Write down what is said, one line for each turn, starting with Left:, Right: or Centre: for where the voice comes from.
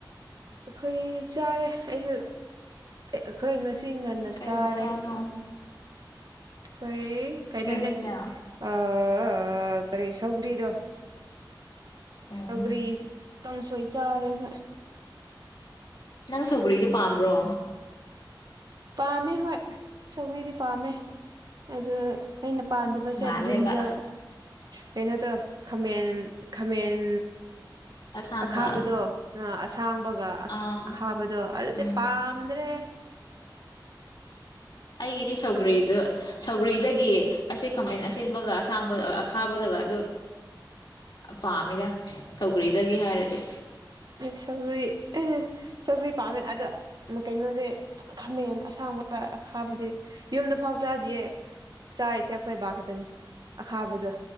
Right: ꯑꯩꯈꯣꯏ ꯆꯥꯔꯦ ꯑꯩꯁꯨ ꯑꯩꯈꯣꯏ ꯉꯁꯤ ꯉꯟꯅ
Left: ꯀꯩ
Right: ꯆꯥꯔꯦ
Left: ꯃꯊꯦꯜꯅꯣ
Right: ꯑꯩꯈꯣꯏ ꯀꯩꯅꯣꯅꯦ
Left: ꯀꯩ ꯃꯊꯦꯜ
Right: ꯑꯥ ꯀꯔꯤ ꯁꯧꯒ꯭ꯔꯤꯗꯣ
Left: ꯎꯝ
Right: ꯁꯧꯒꯔꯤ ꯀꯥꯡꯁꯣꯏ ꯆꯥꯔꯦ ꯑꯩꯈꯣꯏ
Left: ꯅꯪ ꯁꯧꯒ꯭ꯔꯤꯗꯤ ꯄꯥꯝꯕ꯭ꯔꯣ
Right: ꯄꯥꯝꯃꯦ ꯍꯣꯏ ꯁꯧꯒꯔꯤꯗꯤ ꯄꯥꯝꯃꯦ ꯑꯗꯨ ꯑꯩꯅ ꯄꯥꯟꯗꯥꯕꯁꯦ
Left: ꯃꯥꯜꯂꯦꯕ
Right: ꯕ꯭ꯔꯤꯟꯖꯜ ꯀꯩꯅꯣꯗꯣ ꯈꯥꯃꯦꯟ ꯈꯥꯃꯦꯟ
Left: ꯑꯁꯥꯡꯕ
Right: ꯑꯈꯥꯕꯗꯣ ꯑꯁꯥꯡꯕꯒ ꯑꯈꯥꯕꯗꯣ
Left: ꯑꯥ
Right: ꯑꯗꯨꯗꯤ
Left: ꯎꯝ
Right: ꯄꯥꯝ ꯗ꯭ꯔꯦ
Left: ꯑꯩꯒꯤꯗꯤ ꯁꯧꯒ꯭ꯔꯤꯗꯨ ꯁꯧꯒ꯭ꯔꯤꯗꯒꯤ ꯑꯁꯤ ꯈꯥꯃꯦꯟ ꯑꯁꯦꯟꯕꯒ ꯑꯁꯥꯡꯕ ꯑꯈꯥꯕꯗꯒ ꯑꯗꯨ ꯄꯥꯝꯃꯤꯗ ꯁꯧꯒ꯭ꯔꯤꯗꯒꯤ ꯍꯥꯏꯔꯗꯤ
Right: ꯁꯧꯔꯤ ꯁꯧꯔꯤ ꯄꯥꯝꯃꯦ ꯑꯗ ꯀꯩꯅꯣꯗꯤ ꯈꯥꯃꯦꯟ ꯑꯁꯥꯡꯕ ꯑꯈꯥꯕꯗꯤ ꯌꯨꯝꯗ ꯐꯥꯎ ꯆꯥꯗꯤꯌꯦ ꯆꯥꯔꯤꯁꯦ ꯑꯩꯈꯣꯏ ꯕꯥ ꯈꯛꯇꯅꯤ ꯑꯈꯥꯕꯗꯣ